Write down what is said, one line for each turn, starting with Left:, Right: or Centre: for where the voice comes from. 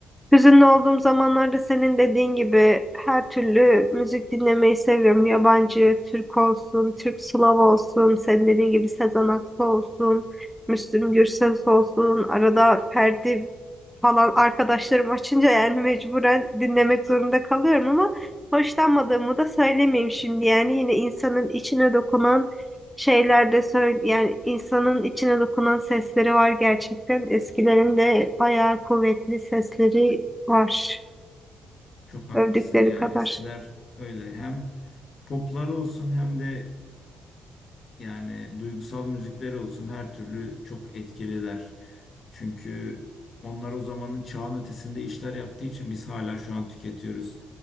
Centre: Hüzünlü olduğum zamanlarda senin dediğin gibi her türlü müzik dinlemeyi seviyorum. Yabancı, Türk olsun, Türk Slav olsun, senin dediğin gibi Sezen Aksu olsun, Müslüm Gürses olsun, arada Ferdi falan arkadaşlarım açınca yani mecburen dinlemek zorunda kalıyorum ama hoşlanmadığımı da söylemeyeyim şimdi. Yani yine insanın içine dokunan şeyler de söyle yani insanın içine dokunan sesleri var gerçekten. Eskilerin de bayağı kuvvetli sesleri var
Left: Çok haklısın
Centre: övdükleri
Left: ya.
Centre: kadar.
Left: Eskiler öyle hem poplar olsun hem de Yani duygusal müzikler olsun her türlü çok etkililer. Çünkü onlar o zamanın çağın ötesinde işler yaptığı için biz hala şu an tüketiyoruz.